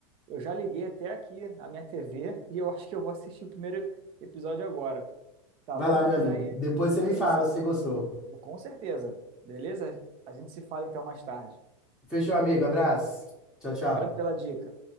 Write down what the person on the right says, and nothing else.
eu já liguei até aqui a minha TV <laughs> e eu acho que eu vou assistir o primeiro episódio agora. Tá
bom?
Mas
aí
a
gente
se.
Com certeza. Beleza? A gente se fala então mais tarde.
Obrigado pela dica.